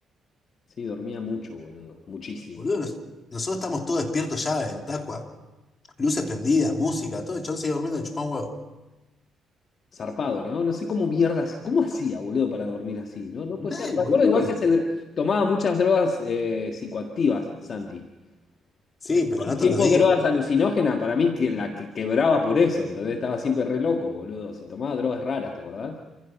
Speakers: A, on the left; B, on the left.
A: sí, dormía mucho, boludo, muchísimo.
B: boludo, nos- nosotros estamos todos despiertos ya en Tacua, luces prendidas, música, todo, el chon sigue durmiendo, chupá un huevo.
A: Zarpado, ¿no? No sé cómo mierdas, cómo hacía, boludo, para dormir así, ¿no? No
B: Mal,
A: puede ser. Me
B: boludo.
A: acuerdo igual que se dr- tomaba muchas drogas eh, psicoactivas, Santi.
B: Sí,
A: Eh, todo
B: pero no
A: el tiempo
B: todos los días.
A: drogas alucinógenas, para mí que la que quebraba por eso, ¿entendés? Estaba siempre re loco, boludo. Si tomaba drogas raras, ¿te acordás?